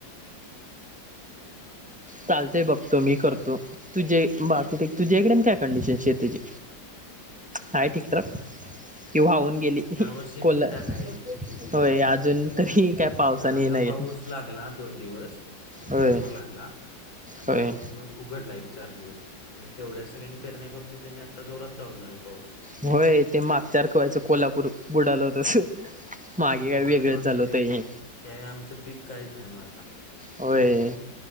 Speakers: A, in the centre; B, on the left.
A: चालतेय बघतो
B: बाकी
A: मी करतो
B: मग
A: तु <unintelligible> बाकी ठीक तुझ्या इकडेन काय कंडिशन शेतीची आहे ठीकठाक ती वाहून गेली
B: या वर्षी
A: कोल
B: ठीकठाक आहे त्याची कंडिशन
A: होय अजून
B: म्हणजे कसं
A: तरी काय पावसाने
B: जरासा
A: नाही येत
B: पाऊस लागला दोन दिवस
A: होय
B: भरपूर लागला आणि
A: होय
B: मग उघडला एक चार दिवस आणि तेवढ्या सगळ्यांनी पेरण्या करून घेतल्या आणि आता जोरात चालु झालाय पाऊस
A: होय ते मागच्या रख व्हायचं कोल्हापूर बुडाल तस मागे काय
B: होय
A: वेगळंच
B: मागचं
A: झालं होतं हे
B: त्यावे आमचं पीक काहीच नाही मर्दा
A: होय